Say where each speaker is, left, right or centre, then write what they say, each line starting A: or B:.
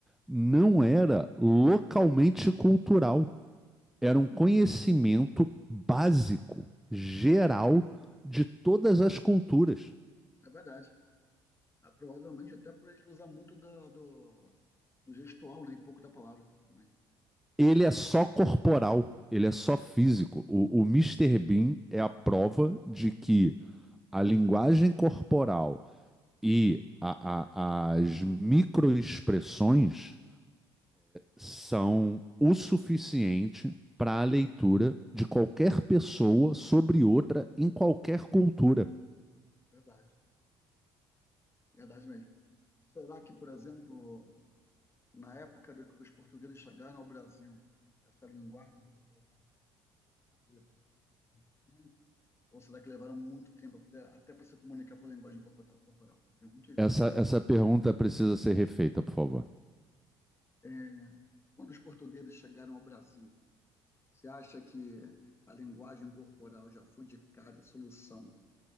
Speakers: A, in the centre; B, on the left (about 25°).
A: não era localmente cultural. era um conhecimento básico, geral, de todas as culturas.
B: é verdade. É, provavelmente até por ele usar muito da- do, do gestual, né? E pouco da palavra também.
A: Ele é só corporal, ele é só físico. O, o Mr. Bean é a prova de que a linguagem corporal e a, a, as microexpressões são o suficiente para a leitura de qualquer pessoa sobre outra em qualquer cultura.
B: Verdade. Verdade mesmo. Será que, por exemplo, na época do que os portugueses chegaram ao Brasil, essa linguagem corporal para o entendimento? Ou será que levaram muito tempo até, até para se comunicar por linguagem corporal? Pergunto isso.
A: Essa, essa pergunta precisa ser refeita, por favor.
B: É, quando os portugueses chegaram ao Brasil, você acha que a linguagem corporal já foi de cara a solução